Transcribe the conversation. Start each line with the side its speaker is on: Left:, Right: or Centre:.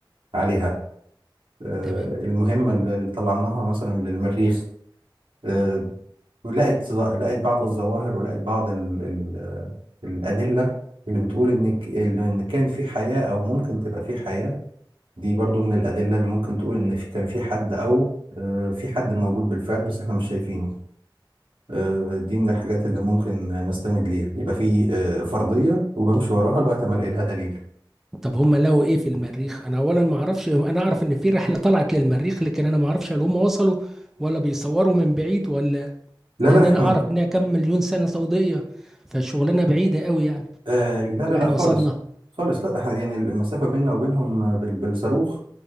Right: عليها آه،
Centre: تمام
Right: المهمة اللي اللي طلعناها مثلا للمريخ آه، لقت ظا- لقت بعض الظواهر ولقت بعض ال ال آه، الأدلة اللي بتقول إن ك- إن كان في حياة أو ممكن تبقى في حياة دي برضو من الأدلة اللي ممكن تقول إن في كان في حد أو آه، في حد موجود بالفعل بس إحنا مش شايفينه آه، دي من الحاجات اللي ممكن آه، نستند ليها يبقى في آه، فرضية وبمشي وراها لغاية ما ألاقي لها دليل
Centre: طب هم لقوا ايه في المريخ انا اولا ما اعرفش انا اعرف ان في رحلة طلعت للمريخ لكن انا ما اعرفش هل هم وصلوا ولا بيصوروا من بعيد ولا
Right: لا
Centre: لان
Right: لا إحنا
Centre: انا اعرف انها كم مليون سنه ضوئيه فالشغلانه بعيده قوي يعني
Right: آه، لا
Centre: ولا
Right: لا لا
Centre: احنا
Right: خالص
Centre: وصلنا
Right: خالص لا ده إحنا يعني المسافة بيننا وبينهم آه، بال- بالصاروخ